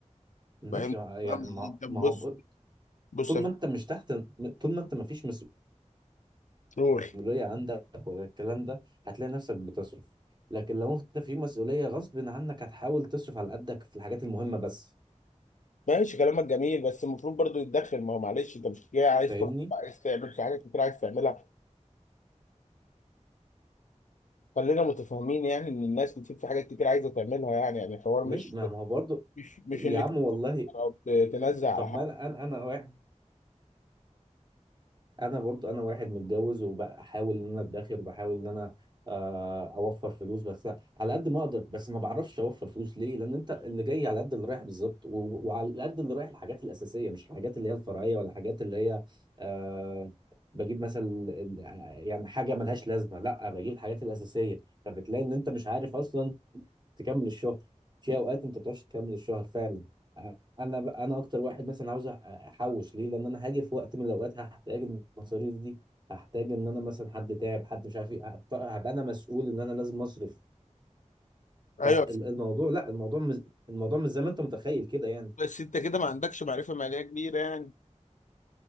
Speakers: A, on the right (about 35°); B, on the left (about 80°).
A: ماشي
B: فاهمني
A: آه، يعني
B: فاهم؟
A: ما
B: انت بص
A: ما هو ب-
B: بص
A: طول ما انت مش تحت طول ما انت ما فيش
B: قول
A: مسؤولية عندك ولا الكلام ده هتلاقي نفسك بتصرف لكن لو انت في مسؤولية غصب عنك هتحاول تصرف على قدك في الحاجات المهمة بس
B: ماشي كلامك جميل بس المفروض برضو يتدخل ما هو معلش انت مش جاي عايز
A: فاهمني
B: تخطب عايز تعمل في حاجات كتير عايز تعملها خلينا متفاهمين يعني ان الناس بتبقى في حاجات كتير عايزه تعملها يعني يعني الحوار
A: ماشي
B: مش
A: ما ما هو برضه
B: مش مش
A: يا
B: انك
A: عم والله
B: انت او ت- تنزل على
A: طب
B: حاجه
A: ما انا انا انا واحد انا برضو انا واحد متجوز وبحاول ان انا ادخر وبحاول ان انا آه، اوفر فلوس بس على قد ما اقدر بس ما بعرفش اوفر فلوس ليه لان انت اللي جاي على قد اللي رايح بالظبط و- وعلى قد اللي رايح الحاجات الاساسيه مش الحاجات اللي هي الفرعيه ولا الحاجات اللي هي آه، بجيب مثلا ال- ال- يعني حاجه ملهاش لازمه لا بجيب الحاجات الاساسيه فبتلاقي ان انت مش عارف اصلا تكمل الشهر في اوقات انت ما بتعرفش تكمل الشهر فعلا انا ب... انا اكتر واحد مثلا عاوز أح- احوش ليه لان انا هاجي في وقت من الاوقات هحتاج المصاريف دي هحتاج ان انا مثلا حد تعب حد مش عارف ايه هط- هبقى انا مسؤول ان انا لازم اصرف
B: ايوه
A: فالموضوع لا الموضوع مز... الموضوع مش زي ما انت متخيل كده يعني
B: بس انت كده ما عندكش معرفه ماليه كبيره يعني